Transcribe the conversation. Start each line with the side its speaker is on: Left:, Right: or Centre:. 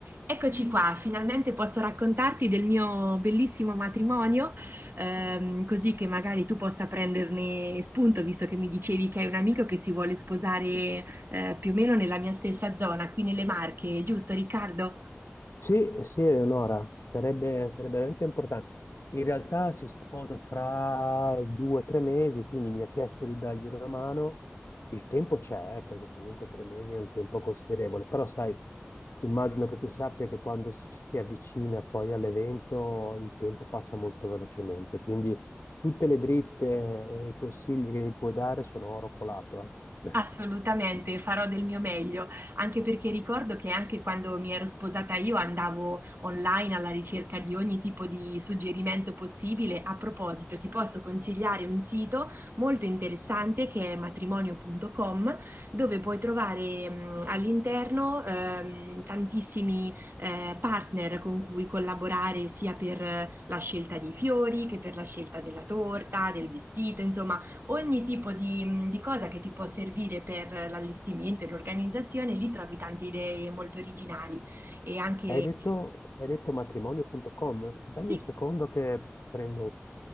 Right: Eccoci qua, finalmente posso raccontarti del mio bellissimo matrimonio, ehm, così che magari tu possa prenderne spunto, visto che mi dicevi che hai un amico che si vuole sposare, eh, più o meno nella mia stessa zona, qui nelle Marche, giusto Riccardo?
Left: Sì, sì, Eleonora, sarebbe, sarebbe veramente importante. In realtà si sposa fra due o tre mesi, quindi mi ha chiesto di dargli una mano. Il tempo c'è, eh, perché comunque tre mesi è un tempo considerevole, però sai, immagino che tu sappia che quando si- ci si avvicina poi all'evento il tempo passa molto velocemente, quindi tutte le dritte e i consigli che mi puoi dare sono oro colato, eh.
Right: Assolutamente, farò del mio meglio, anche perché ricordo che anche quando mi ero sposata io andavo online alla ricerca di ogni tipo di suggerimento possibile. A proposito, ti posso consigliare un sito molto interessante che è matrimonio.com, dove puoi trovare mh, all'interno ehm, tantissimi eh, partner con cui collaborare sia per eh, la scelta dei fiori che per la scelta della torta, del vestito, insomma Ogni tipo di, mhmm, di cosa che ti può servire per l'allestimento e l'organizzazione, lì trovi tante idee molto originali e anche
Left: Hai detto, hai detto matrimonio.com? Dammi
Right: sì,
Left: un secondo che prendo